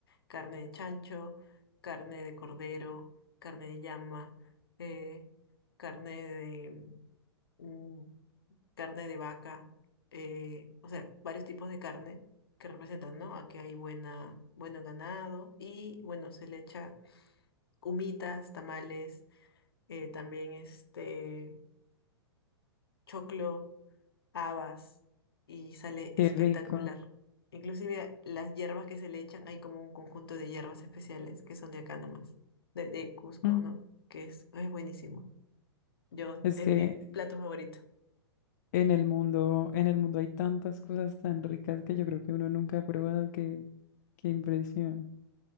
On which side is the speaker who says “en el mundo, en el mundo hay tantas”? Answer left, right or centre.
Left